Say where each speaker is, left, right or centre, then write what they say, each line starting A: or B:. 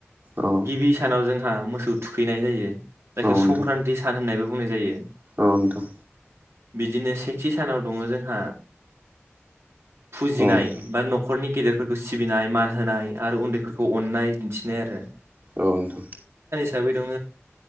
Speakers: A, on the right; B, on the right.
A: औ
B: गिबि सानाव जोंहा मोसौ थुखैनाय जायो जायखौ
A: नोंथां
B: संक्रान्ति सान होननायबो बुंनाय जायो
A: औ नोंथां
B: बिदिनो सेथि सानाव दङ जोंहा फुजिनाय
A: औ नोंथां
B: बा न'खरनि गेदेरफोरखौ सि सिबिनाय मान होनाय आरो उन्दैफोरखौ अननाय दिन्थिनाय आरो
A: औ नोंथां
B: साबै दङ